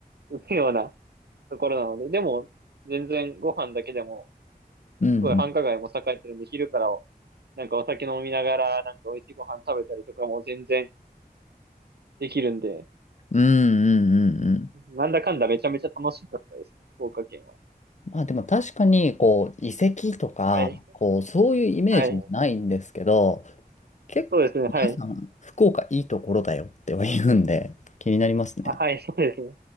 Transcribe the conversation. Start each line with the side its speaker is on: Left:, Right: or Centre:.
Right: 行くようなところなので、でも、全然ご飯だけでも、
Left: うんうん。
Right: すごい繁華街も栄えてるんで、昼からなんかお酒飲みながら、なんか美味しいご飯食べたりとかも全然できるんで、
Left: うんうんうんうん。
Right: なんだかんだめちゃめちゃ楽しかったですね、福岡県は。
Left: まあでも確かに、こう、遺跡とか、
Right: はい。
Left: こう、そういうイメージはないんですけど、
Right: はい。
Left: 結構皆さん、
Right: そうですね。はい。
Left: 福岡いいところだよっては言うんで、気になりますね。
Right: あ、はい。<laughs> そうですね。